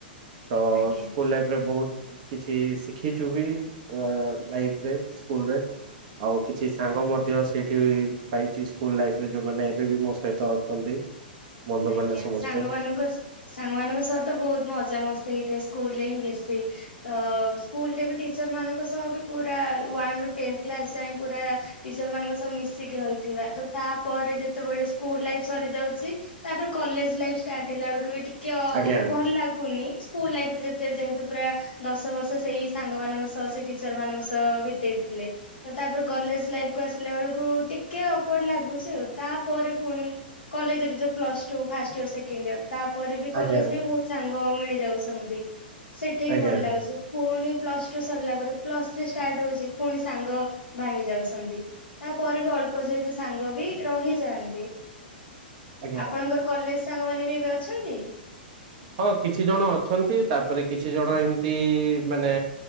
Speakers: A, on the right; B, on the left.
A: ତ
B: ଆଜ୍ଞା
A: ସ୍କୁଲ ଲାଇଫରେ ବହୁତ କିଛି ଶିଖିଛୁ ବି ଲାଇଫ ରେ ସ୍କୁଲ ରେ ଆଉ କିଛି ସାଙ୍ଗ ମଧ୍ୟ ସେଇଠି ପାଇଛି ସ୍କୁଲ ଲାଇଫରେ ଯୋଉମାନେ ଏବେବ ମୋ ସହିତ ଅଛନ୍ତି ବନ୍ଧୁମାନେ
B: ଆଜ୍ଞା
A: ସମସ୍ତେ
B: ସାଙ୍ଗମାନଙ୍କ ସାଙ୍ଗ ମାନଙ୍କ ସହତ ବହୁତ ମଜାାମସ୍ ହେଇଥାଏ ସ୍କୁଲରେ ହିଁ ବେଶୀ ତ ସ୍କୁଲ ରେ ବି ଟିଚର ମାନଙ୍କ ସହ ବି ପୁରା ର ଟେ କ୍ଲାସ ଯାଇ ପୁରା ଟିଚର ମାନଙ୍କ ସହ ମିଶିକି ରହିଥିବା ତ ତାପରେ ଯେତେବେଳେ ସ୍କୁଲ ଲାଇଫ ସରିଯାଉଛି ତାପରେ କଲେଜ ଲାଇଫ ଷ୍ଟାର୍ ହେଲା ବେଳ କେ ବି ଟିକେ
A: ଆଜ୍ଞା
B: ଭଲ ଲାଗୁନି ସ୍କୁଲ ଲାଇଫ ଯେ ଯେହେତୁ ପୁରା ଦଶ ବର୍ଷ ସେଇ ସାଙ୍ଗ ମଙ୍କ ସହ ସେ ଟିଚର ମାନଙ୍କ ସହ ବିତେଇଥିଲେ ତ ତାପରେ କଲେଜ ଲାଇଫ କ ଆସିଲା ବେଳକୁ ଟିକେ ଅକ୍ଡ ଲାଗୁଛି ଆଉ ତାପରେ ପୁଣି କଲେରେଉ plus two first year second year ତା ପରେ ବି କଲେଜ
A: ଆଜ୍ଞା
B: ରେ ବହୁତ ସାଙ୍ଗ ମିଳି ଯାଉଛନ୍ତି ସେଠି ବି
A: ଆଜ୍ଞା।
B: ଭଲ ଲାଗୁଛି ପୁଣି ପ୍ଲସ ଟୁ ସରିଲା ପରେ ପ୍ଲସ ଥ୍ରୀ ଷ୍ଟାର୍ଟ ହଉଛି ପୁଣି ସାଙ୍ଗ ଭାଙ୍ଗି ଯାଉଛନ୍ତି ତାପରେ ବି ଅଳ୍ପ ଯେହିେତୁ ସାଙ୍ଗ ବି ରହିଯାଆନ୍ତି
A: ଆଜ୍ଞା
B: ଆପଣଙ୍କର କଲେଜ ସାଙ୍ଗମାନୋନ ବି ଏବେ ଅଛନ୍ତି
A: ହଁ କିଛି ଜଣ ଅଛନ୍ତି ତାପରେ କିଛି ଜଣ ଏମିତି ମାନେ